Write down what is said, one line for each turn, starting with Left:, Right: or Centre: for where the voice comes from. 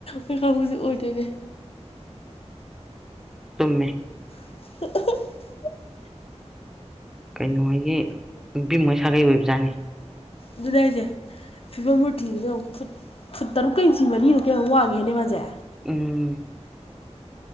Left: ꯃꯣꯏ ꯈꯪꯕꯁꯤ ꯑꯣꯏꯗꯣꯏꯅꯦ
Centre: ꯇꯨꯝꯃꯦ
Left: <unintelligible>
Centre: ꯀꯩꯅꯣꯒꯤ ꯅꯨꯄꯤ ꯃꯣꯏ ꯁꯥꯒꯩ ꯑꯣꯏꯕꯖꯥꯠꯅꯤ
Left: ꯑꯗꯨꯅꯦ ꯍꯥꯏꯁꯦ ꯐꯤꯕꯝ ꯃꯨꯔꯇꯤꯗꯨꯗ ꯐꯨꯠ ꯐꯨꯠ ꯇꯔꯨꯛꯀ ꯏꯟꯆꯤ ꯃꯔꯤꯗꯣ ꯀꯌꯥ ꯋꯥꯡꯒꯦ ꯍꯥꯏꯅꯦ ꯃꯥꯁꯦ
Centre: ꯎꯝ